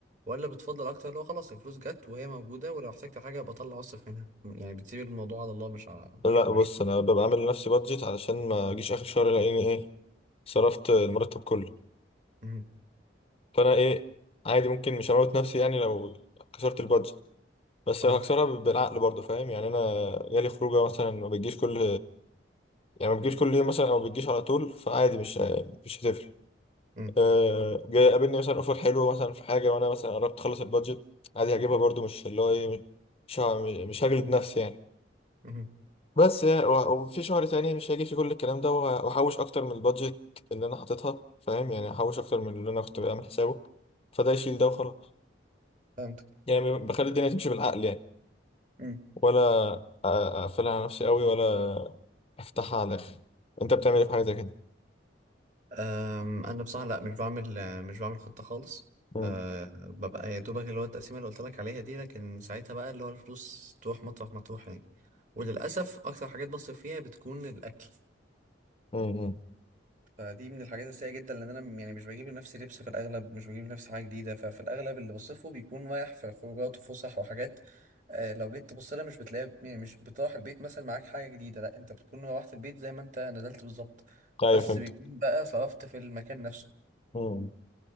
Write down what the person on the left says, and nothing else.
لا
بص انا ببقى عامل لنفسي بادجت علشان ما اجيش اخر شهر الاقيني ايه صرفت المرتب كله
فانا ايه عادي ممكن مش هموت نفسي يعني لو كسرت البادجت بس
هكسرها بالعقل برضه فاهم يعني انا جالي خروجه مثلا ما بتجيش كل يعني ما بتجيش كل يوم مثلا او ما بتجيش على طول فعادي مش مش هتفرق
أه جاي قابلني مثلا اوفر حلو مثلا في حاجه وانا مثلا قربت اخلص البادجت عادي هجيبها برضه مش اللي هو ايه مش ه- مش هجلد نفسي يعني
بس يعني و- وفي شهر تاني مش هيجي فيه كل الكلام ده وه- وهحوش اكتر من البادجت اللي انا حاططها فاهم يعني هحوش اكتر من اللي انا كنت بعمل حسابه فده يشيل ده وخلاص
يعني بخلي الدنيا تمشي بالعقل يعني
ولا اقفلها على نفسي قوي ولا افتحها على الاخر انت بتعمل ايه في حاجه زي كده
امم
امم
ايوه
فهمت
امم